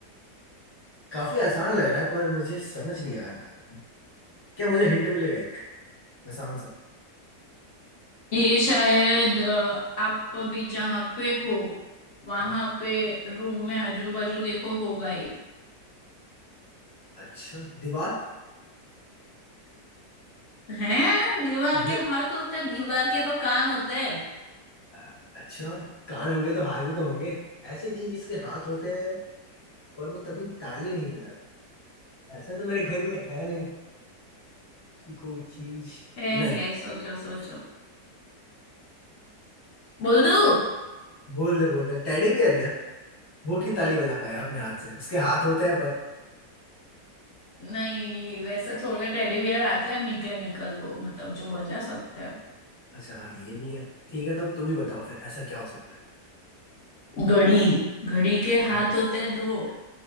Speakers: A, on the left (about 25°); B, on the left (about 50°).
A: काफी आसान लग रहा है पर मुझे समझ नहीं आ रहा है क्या मुझे हिंट मिलेगा एक मैं शाम से
B: ये शायद अ, आप अभी जहाँ पे हो वहां
A: हाँ।
B: पे रूम में आजू बाजू देखो होगा ये
A: अच्छा दीवार
B: हैं दीवार
A: मे-
B: के हाथ होते हैं दीवार के तो कान होते हैं
A: आ, अच्छा कान होंगे तो हाथ भी तो होंगे ऐसी चीज इसके हाथ होते हैं पर वो तभी ताली नहीं बजाते ऐसा तो मेरे घर में है नहीं कि कोई चीज
B: है
A: नहीं
B: है सोचो सोचो बोल दो
A: बोल दे बोल दे टेडी बियर क्या वो की ताली बजा पाएगा अपने हाथ से उसके हाथ होते हैं पर
B: नहीं वैसे थोड़े टेडी बियर आते हैं मैकेनिकल वो मतलब जो बजा सकते हैं
A: अच्छा हाँ ये भी है ठीक है तो तुम ही बताओ फिर ऐसा क्या हो सकता है
B: घड़ी घड़ी के हाथ
A: घड़ी
B: होते हैं दो